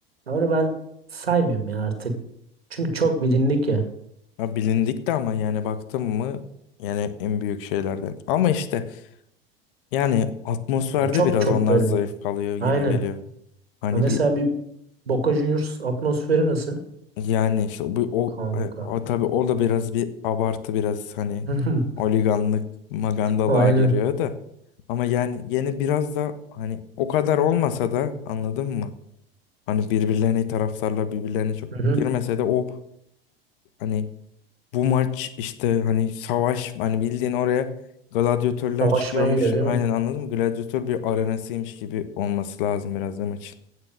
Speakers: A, on the right; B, on the left.
A: onu ben saymıyorum ya artık. Çünkü çok bilindik ya.
B: Ha, bilindik de ama yani baktım mı yani en büyük şeylerden. Ama işte yani atmosferde
A: Ya çok
B: biraz
A: çok
B: onlar
A: böyle.
B: zayıf kalıyor gibi
A: Aynen.
B: geliyor. Hani
A: Ama mesela
B: bir
A: bir Boca Juniors atmosferi nasıl?
B: yani işte bu o,
A: Kanka.
B: e, o tabii o da biraz bir abartı biraz hani
A: <laughs>
B: oliganlık magandalığa
A: Aynen.
B: giriyor da. Ama yani yine biraz da hani o kadar olmasa da anladın mı? Hani birbirlerine taraftarlar birbirlerine çok
A: Hı hı.
B: girmese de o hani bu maç işte hani savaş hani bildiğin oraya gladyatörler
A: Savaşmaya
B: çıkıyormuş.
A: gidiyor değil
B: Aynen
A: mi?
B: anladın mı? Gladyatör bir arenasıymış gibi olması lazım biraz da maçın.